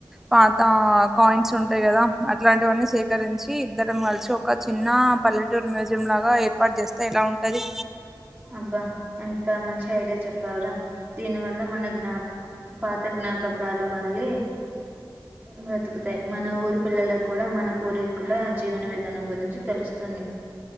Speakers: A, in the centre; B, on the right.
A: పాతా కాయిన్స్ ఉంటాయి కదా అట్లాంటివన్నీ సేకరించి ఇద్దరం కలిసి ఒక చిన్నా పల్లెటూరు మ్యూజియం లాగా ఏర్పాటు చేస్తే ఎలా ఉంటది
B: అబ్బా ఎంత మంచి ఐడియా చెప్పావ్రా దీని వల్ల మన జ్ఞా పాత జ్ఞాపకాలు మళ్ళీ బ్రతుకుతాయి మన ఊరి పిల్లలకు కూడా మన పూరి కుల జీవన విధానం గురించి తెలుస్తుంది